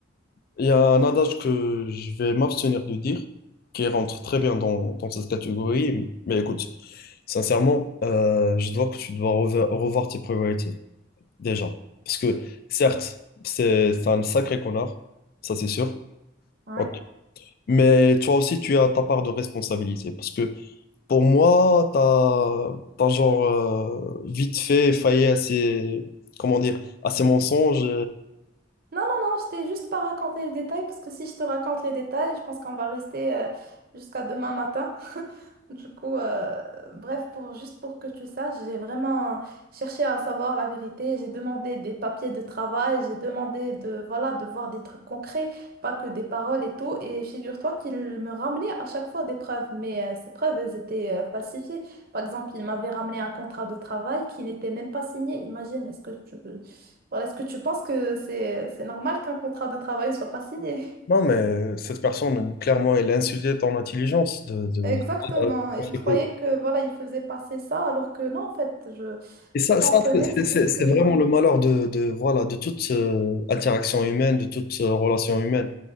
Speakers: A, on the left; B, on the right.
A: Il y a un adage que je vais m'abstenir de dire, qui rentre très bien dans, dans cette catégorie. Mais écoute, sincèrement, euh, je dois que tu dois revoir revoir tes priorités, déjà. Parce que, certes, c'est c'est un sacré connard, ça c'est sûr.
B: Ouais.
A: Ok. Mais toi aussi, tu as ta part de responsabilité. Parce que pour moi, t'as, t'as genre euh, vite fait failli à ces, comment dire, à ces mensonges.
B: Non, non, non, je t'ai juste pas raconté les détails parce que si je te raconte les détails, je pense qu'on va rester euh, jusqu'à demain matin. Du coup, euh, bref, pour, juste pour que tu saches, j'ai vraiment cherché à savoir la vérité. J'ai demandé des papiers de travail, j'ai demandé de, voilà, de voir des trucs concrets, pas que des paroles et tout. Et figure-toi qu'il me ramenait à chaque fois des preuves, mais euh, ces preuves, elles étaient euh, falsifiées. Par exemple, il m'avait ramené un contrat de travail qui n'était même pas signé. Imagine, est-ce que tu, voilà, est-ce que tu penses que c'est, c'est normal qu'un contrat de travail ne soit pas signé?
A: Non, mais cette personne, clairement, elle a insulté ton intelligence. De, de-
B: Exactement. Et
A: de-
B: il croyait que voilà, il faisait passer ça, alors que non, en fait, je,
A: Et ça,
B: je comprenais,
A: ça c'est c'est-
B: c'est
A: c'est-
B: juste
A: c'est
B: que.
A: vraiment le malheur de, de, voilà, de toute euh, interaction humaine, de toute euh, relation humaine,